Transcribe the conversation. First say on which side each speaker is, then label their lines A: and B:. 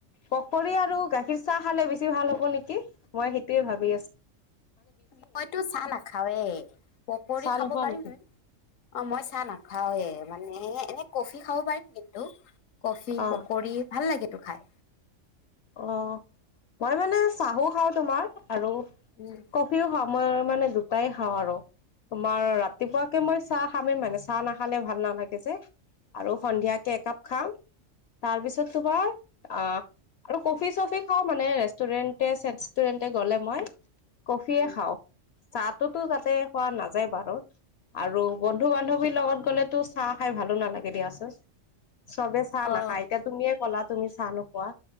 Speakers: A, on the left (about 65°); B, on the left (about 80°).
A: পকৰি আৰু গাখীৰ চাহ খালে বেছি ভাল হ'ব নেকি। মই সেইটোৱে ভাবি আছ
B: মইতো চাহ নাখাওৱে পকৰি
A: চাহ
B: খাব
A: নোখোৱা
B: পাৰিম।
A: নেকি
B: অ', মই চাহ নাখাওৱে। মানে এনে কফি খাব পাৰিম কিন্তু কফি
A: অ
B: পকৰি ভাল লাগেতো খাই।
A: অ', মই মানে চাহো খাওঁ তোমাৰ আৰু
B: উম।
A: কফিও খাওঁ মই মানে দুটাই খাওঁ আৰু। তোমাৰ ৰাতিপুৱাকে মই চাহ খামে মানে। চাহ নাখালে ভাল নালাগে যে। আৰু সন্ধিয়াকে একাপ খাম। তাৰ পিছত তোমাৰ আ আৰু কফি চফি খাওঁ মানে ৰেষ্টুৰেণ্টে চেষ্টুৰেণ্টে গ'লে মই। কফিয়ে
B: উম
A: খাওঁ। চাতুটো তাতে খোৱা নাযায় বাৰু। আৰু বন্ধু বান্ধৱীৰ লগত গ'লেতো চাহ খাই ভালো নালাগে দিয়াচোন। চবে চাহ
B: অ।
A: নাখায়। এতিয়া তুমিয়ে ক'লা তুমি চাহ নোখোৱা।